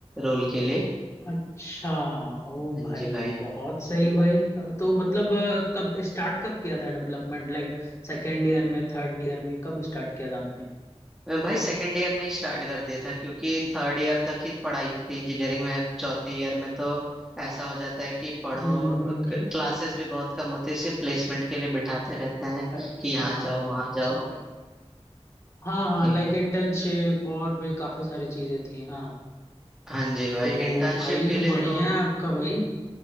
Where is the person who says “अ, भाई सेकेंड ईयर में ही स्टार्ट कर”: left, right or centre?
Centre